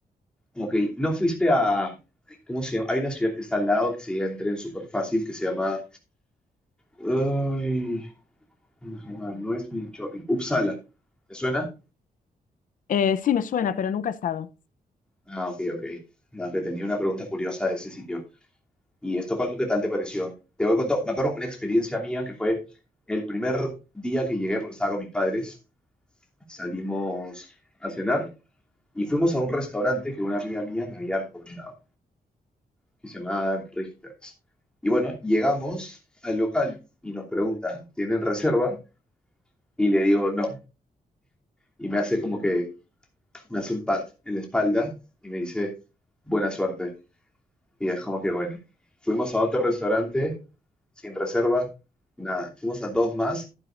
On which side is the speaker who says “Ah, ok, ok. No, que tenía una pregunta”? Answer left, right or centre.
Centre